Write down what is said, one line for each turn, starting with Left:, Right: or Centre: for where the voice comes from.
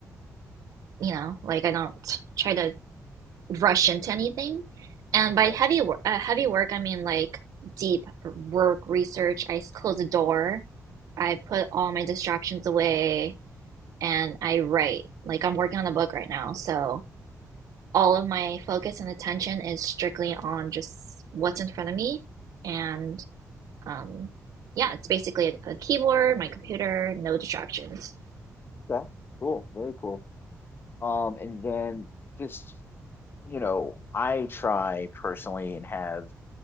Right: you know, like I don't try to rush into anything. And by
Left: Right.
Right: heavy work, uh, heavy work, I mean like deep work research. I close the door. I put all my distractions away and I write. Like I'm working on a book right now, so all of my focus and attention is strictly on just what's in front of me. And um, yeah, it's basically a, a keyboard, my computer, no distractions.
Left: Okay. Cool. Very cool. Um, and then just, you know, I try personally and have